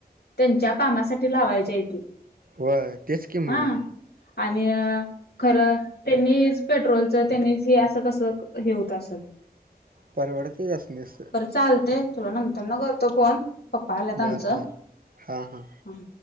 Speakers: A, on the left; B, on the right.
A: त्यांच्या कामासाठी लावायचिये ती.
B: व्हय. तेच कि
A: हा
B: म.
A: आणि अ खरं त्यांनीच पेट्रोलच, त्यांनीच हे असं कसं हे होत असल.
B: परवडतच असल अस.
A: बरं चालते, तुला नंतरन करतो फोन. पप्पा आलात
B: बर
A: आमचं.
B: बर हा हा
A: हं.